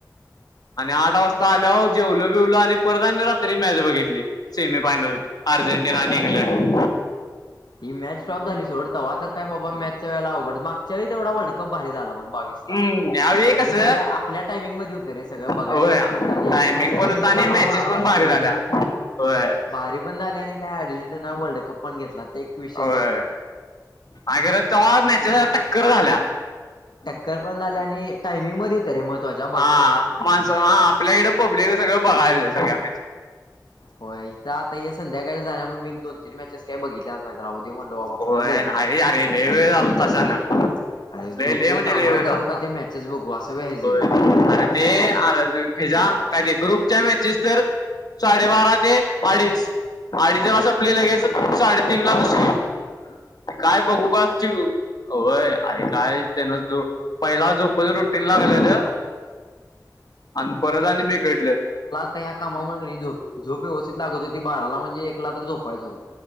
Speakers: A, on the left; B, on the left.
A: आणि आठ वाजता आल्यावर जेवलो बिवलो आणि परत आणि रात्री मॅच बघितली. सेमीफायनल अर्जेंटीना आणि इंग्लंड.
B: ही, मॅच टॉप झाली सोड तवा तर काय बाबा मॅचच्या वेळेला अवघड मागच्यावेळी तेवढा वर्ल्डकप भारी झाला बग बावीस. ला
A: हम्म यावेळी
B: म्हणजे
A: कसं
B: सगळ्या आपल्या टायमिंग मध्ये होत वगैरे सगळं बघाय
A: होय
B: सारखं होतं
A: टायमिंग
B: आणि फायनल,
A: पण
B: बियणल
A: होता आणि
B: बरोबर
A: मॅचेस
B: बाराला
A: पण
B: संपलेली.
A: भारी झाल्या होय
B: भारी पण झाली आणि काय अजेंटिना वर्ल्ड कप पण घेतला ते विषय
A: होय
B: संपला.
A: आणि खर तवा मॅचे जरा टक्कर झाल्या.
B: टक्कर पण झाले आणि टायमिंग मध्ये तरी महत्वाच्या
A: हा माणसं हा आपल्याकडे पब्लिक सगळं बघायच सगळ्या मि
B: होय इथं आता हे संध्याकाळी झाल्यामुळे मी एक, दोन तीन मॅचेस काही बघितल्या नाहीत राहुदे म्हणलो बाबा
A: होय
B: कुठ बघू
A: नाही अरे लय वेळ झालता
B: मीट आलती.
A: शाना
B: अरे झोपू
A: लय लय म्हणजे
B: कामाला
A: लय वेळ झालता
B: जाऊ का ते मॅचेस बघू असं व्हायचं.
A: होय अरे ते आर भेजा कायते ग्रुप च्या मॅचेस तर साडेबारा ते अडीच अडीचला संपली लगेच साडेतीन ला दुस
B: त्यांना सांगा
A: काय बघू काय चिडू व्हय अरे काय त्यानं जो पहिला जो रुटीन लागलेल आणि परत आणि बिघडलं.
B: नाही या कामामध्ये झोप झोप व्यवस्थित लागत होती बाराला म्हणजे एकला तर झोपायचो.